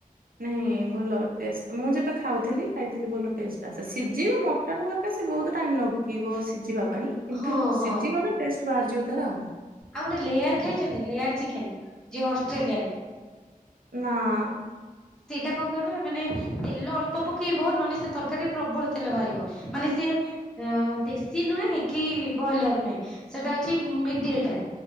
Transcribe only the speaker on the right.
ନାଇଁ ଭଲ ଟେଷ୍ଟ ମୁଁ ଯେବେ ଖାଉଥିଲି ଖାଇଥିଲି ଭଲ ଟେଷ୍ଟ ଆସେ ସିଝିବ ମ ଟନ ଗୋଟେ ସେ ବହୁତ ଟାଇମ୍ ଲାଗିବ ସିଝିବା ପାଇଁ କିନ୍ତୁ
ସିଝିଗଲେ
ଟେଷ୍ଟ ବାହାରିଯିବ ତାର ଆଉ।
ନା-ଆ-ଆ।